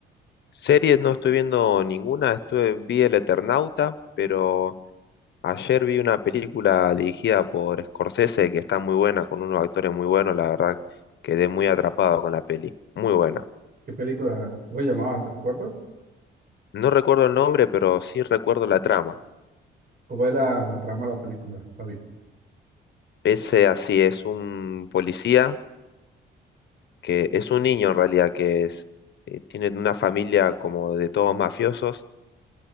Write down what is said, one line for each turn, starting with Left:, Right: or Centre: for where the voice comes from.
Left: Series no estoy viendo ninguna. Estuve, vi El Eternauta, pero ayer vi una película dirigida por Scorsese que está muy buena, con unos actores muy buenos, la verdad. Quedé muy atrapado con la peli. Muy buena.
Right: ¿Qué película? ¿Cómo se llamaba? ¿Te recuerdas?
Left: No recuerdo el nombre, pero sí recuerdo la trama.
Right: ¿Cómo es la, la trama de la película, Javi?
Left: Ese así es un policía que es un niño en realidad, que es, eh, tiene una familia como de todos mafiosos